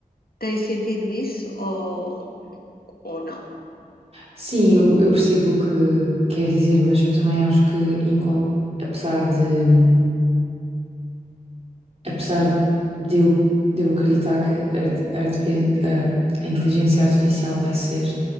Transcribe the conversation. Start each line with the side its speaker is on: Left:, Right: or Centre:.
Left: tem sentido isso ou, ou não?
Right: Sim, eu, eu percebo o que quer dizer, mas eu também acho que, em qual- apesar de, apesar de eu, de eu acreditar que a art- artifi- ah, a inteligência artificial vai ser